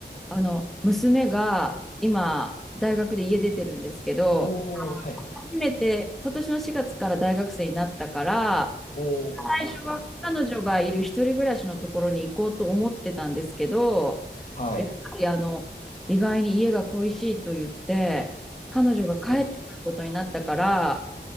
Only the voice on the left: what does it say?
おー、はいはい。
おー、
なるほど、なるほど。はい。
お、